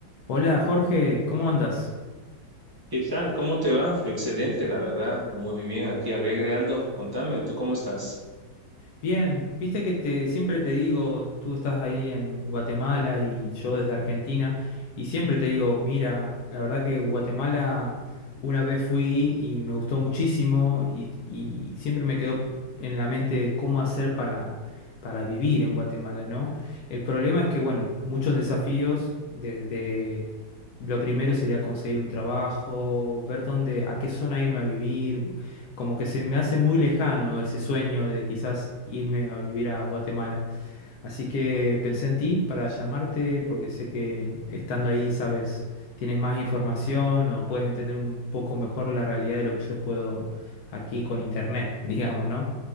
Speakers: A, on the left; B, on the right.
A: Hola Jorge, ¿cómo andas?
B: ¿Qué tal? ¿Cómo te va? Excelente, la verdad. Muy bien, aquí alegre ando. Contame, ¿tú cómo estás?
A: Bien, viste que te siempre te digo, tú estás ahí en Guatemala y yo desde Argentina, y siempre te digo, mira, la verdad que Guatemala una vez fui y me gustó muchísimo y, y siempre me quedó en la mente cómo hacer para, para vivir en Guatemala, ¿no? El problema es que, bueno, muchos desafíos desde... Lo primero sería conseguir un trabajo, ver dónde, a qué zona irme a vivir, como que se me hace muy lejano ese sueño de quizás irme a vivir a Guatemala. Así que pensé en ti para llamarte porque sé que estando ahí, sabes, tienes más información o puedes entender un poco mejor la realidad de lo que yo puedo aquí con internet, <laughs> digamos, ¿no?